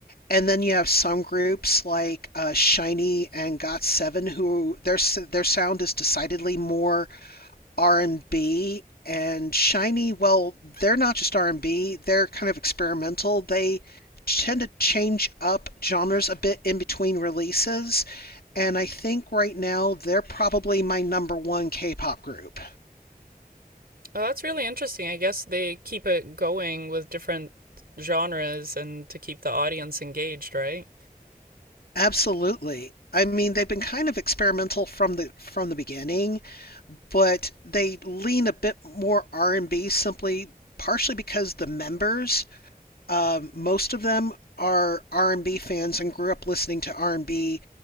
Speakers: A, on the left (about 80°); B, on the right (about 80°).
A: and then you have some groups like uh, Shiny and Got7 who their their sound is decidedly more R&B and B. And Shiny, well, they're not just R&B, they're kind of experimental. They tend to change up genres a bit in between releases, and I think right now they're probably my number one K-pop group.
B: Oh, that's really interesting. I guess they keep it going with different genres and to keep the audience engaged, right?
A: Absolutely. I mean, they've been kind of experimental from the from the beginning, but they lean a bit more R&B simply partially because the members, um, most of them are R&B fans and grew up listening to R&B